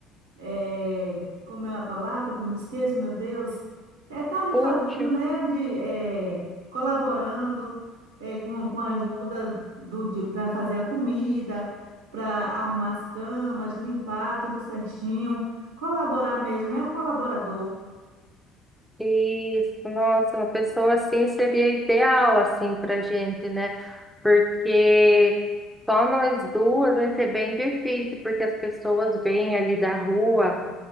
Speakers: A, on the right; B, in the centre.
A: é, como é a palavra que eu me esqueço, meu Deus, é tá ali
B: Útil.
A: fazendo, né, de, é, colaborando é, com, com a
B: Uhum.
A: ajuda do, de, para fazer a comida, para arrumar as camas, limpar tudo certinho, colaborar mesmo, né, um colaborador.
B: Isso, nossa, uma pessoa assim seria ideal assim pra gente, né? Porque só nós duas vai ser bem difícil, porque as pessoas vêm ali da rua,